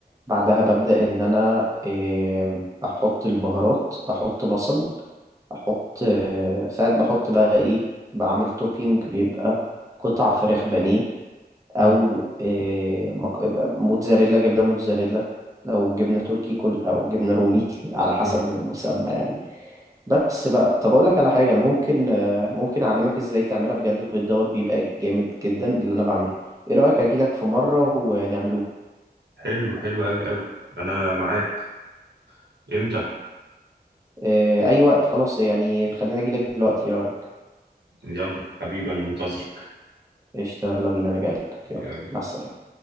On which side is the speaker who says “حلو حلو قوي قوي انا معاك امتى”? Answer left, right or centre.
Right